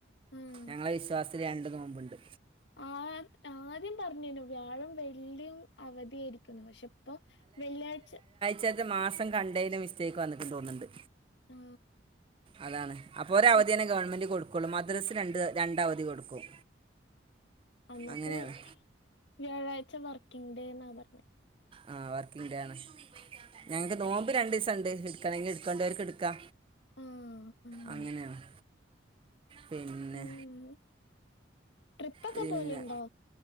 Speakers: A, on the left; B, on the right.
A: ആ
B: ഞങ്ങളെ വിശ്വാസത്തില് രണ്ട് നോമ്പുണ്ട്.
A: ആഹ് ആദ്യം പറഞ്ന്നു വ്യാഴം വെള്ളിയും അവധിയായിരിക്കുന്നു പക്ഷെ. പ്പൊ വെള്ളിയാഴ്ച.
B: ചെൽത് മാസം കണ്ടേന് മിസ്റ്റേക്ക് വന്നിട്ട് തോന്നുണ്ട്.
A: ആ
B: അതാണ് അപ്പൊ ഒര അവധിയന്നെ
A: ഇ-
B: ഗവൺമെന്റ് കൊടുക്കുള്ളൂ മദ്രസ് രണ്ട് രണ്ട അവധി കൊടുക്കും.
A: നമ്മക്ക്
B: അങ്ങനെയാണ്
A: വ്യാഴാഴ്ച വർക്കിംഗ് ഡേ എന്നാ പറഞ്ഞ
B: ആഹ് വർക്കിംഗ് ഡേ ആണ്. ഞങ്ങക്ക് നോമ്പ് രണ്ടു ദിവസം ഉണ്ട് ഇടുക്കണെങ്കി എടുക്കണ്ടവർക്ക് എടുക്കാ.
A: ആ അങ്ങനെ
B: അങ്ങനെയാണ് പിന്നെ.
A: ഉം ട്രിപ്പൊക്കെ
B: പിന്നെ.
A: പോലുണ്ടോ